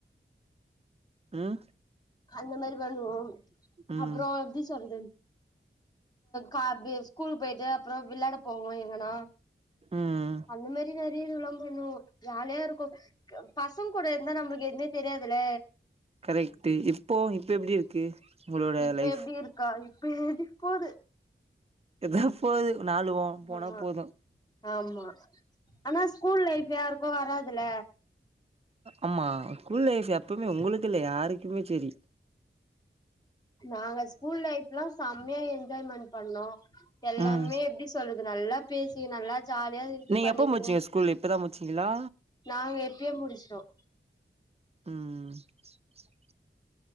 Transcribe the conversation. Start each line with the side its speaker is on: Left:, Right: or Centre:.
Right: உம்
Left: அந்த மாதிரி பண்ணுவோம்
Right: ம்
Left: அப்புறம் எப்படி சொல்றது கா பி ஸ்கூலு போயிட்டு அப்புறம் விளையாட போவோம் எங்கன்னா
Right: ம்
Left: அந்த மாதிரி தா வீடியோலா பண்ணுவோம் ஜாலியா இருக்கும் பசங்க கூட இருந்தா நமளுக்கு எதுவுமே தெரியாதுல
Right: கரெக்ட்டு இப்போ இப்ப எப்படி இருக்கு உங்களோட
Left: இப்ப
Right: லைஃப்
Left: எப்படி இருக்கா இப் பேதி போது
Right: எதப்போது நாளுவோ போனா
Left: ஆமா
Right: போதும்
Left: ஆமா ஆனா ஸ்கூல் லைஃப் யார் அப்போ வராதுல
Right: ஆமா குலைப் எப்பவுமே உங்களுக்கு இல்ல யாருக்குமே சரி
Left: நாங்க ஸ்கூல் லைஃப்லாம் சம செமயா என்ஜாய்மெண்ட் பண்ணோம் எல்லாமே
Right: ம்
Left: எப்படி சொல்லுறது நல்லா பேசி நல்லா ஜாலியா இது
Right: நீங்க
Left: பண்ணிக்குனு
Right: எப்ப முச்சீங்க ஸ்கூல் இப்பதா முச்சீங்களா
Left: நாங்க எப்பயே முடிச்சிடோம்
Right: உம் உம் ச்ச்